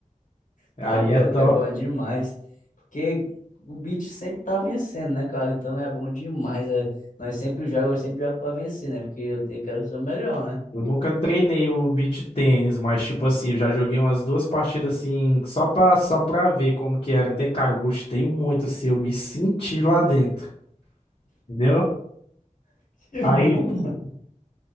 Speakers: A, on the left (about 50°); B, on the left (about 75°).
A: Aí
B: Tá louco,
A: é top.
B: é bom demais. Porque o beach sempre tá vencendo, né, cara? Então é bom demais. É, nós sempre jogamos, eu sempre jogo pra vencer, né? Porque eu tenho, quero ser o melhor, né?
A: Eu nunca treinei o beach tênis, mas tipo assim, eu já joguei umas duas partidas assim, só pra, só pra ver como que era. Então, cara, eu gostei muito, assim, eu me senti lá dentro, entendeu?
B: <laughs> Que
A: Aí,
B: bom, mano.